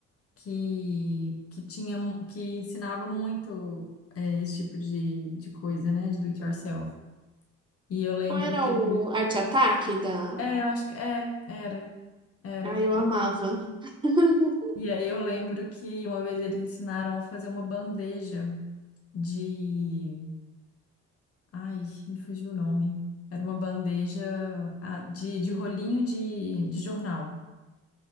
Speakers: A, on the left; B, on the right.
A: que que tinha que ensinava muito é, esse tipo de, de coisa, né, de do it yourself. E eu lembro
B: Não era
A: que teve
B: o Arte Ataque da.
A: É, eu acho que é, era, era.
B: Ai, eu amava. <laughs>
A: E aí eu lembro que uma vez eles ensinaram a fazer uma bandeja de, ai, me fugiu o nome. Era uma bandeja ah, de, de rolinho de, de jornal.